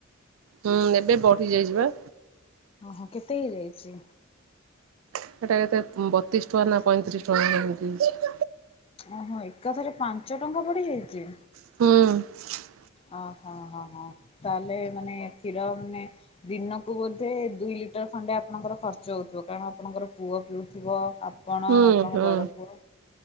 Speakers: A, on the right; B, on the left.
A: ହୁଁ ଏବେ ବଢି ଯାଇଯି ବା।
B: ଓହୋ କେତେ ହେଇ ଯାଇଚି?
A: ସେଟା ଏବେ ବତିଶ ଟଙ୍କା ନା ପଇଁତିରିଶ ଟଙ୍କା ଏମିତି ହେଇଚି।
B: ଓହୋ ଏକାଥରେ ପାଞ୍ଚ ଟଙ୍କା ବଢ଼ି ଯାଇଚି?
A: ହୁଁ।
B: ଓହୋ ହ ହଁ ତାହେଲେ ମାନେ କ୍ଷୀର ମାନେ ଦିନ କୁ ବୋଧେ ଦୁଇ ଲିଟର ଖଣ୍ଡେ ଆପଣଙ୍କର ଖର୍ଚ୍ଚ ହଉଥିବ କାରଣ ଆପଣଙ୍କର ପୁଅ ପିଉଥିବ। ଆପଣ
A: ହୁଁ
B: ଆପଣଙ୍କ
A: ହୁଁ
B: ବଡ଼ ପୁଅ।